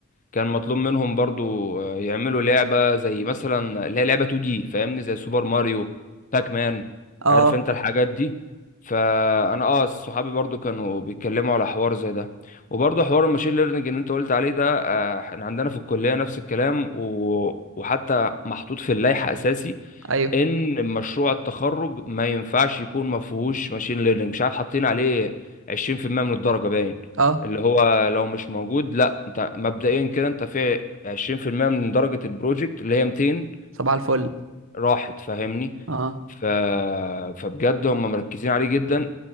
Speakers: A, on the left; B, on the right.
A: كان مطلوب منهم برضو آه، يعملوا لعبه زي مثلا اللي هي لعبه 2 دي فاهمني زي سوبر ماريو باك مان
B: اه
A: عارف انت الحاجات دي فانا اه صحابي برضو كانوا بيتكلموا على حوار زي ده وبرضو حوار الماشين ليرنينج اللي انت قلت عليه ده آه، احنا عندنا في الكليه نفس الكلام و... وحتى محطوط في اللائحه اساسي
B: ايوه
A: ان مشروع التخرج ما ينفعش يكون ما فيهوش ماشين ليرنينج مش عارف حاطين عليه 20% من الدرجة باين
B: اه
A: اللي هو لو مش موجود لا انت مبدئيا كده انت في 20% من درجة البروجكت اللي هي 200
B: صباح الفل
A: راحت فاهمني
B: اه
A: ف... فبجد هم مركزين عليه جدا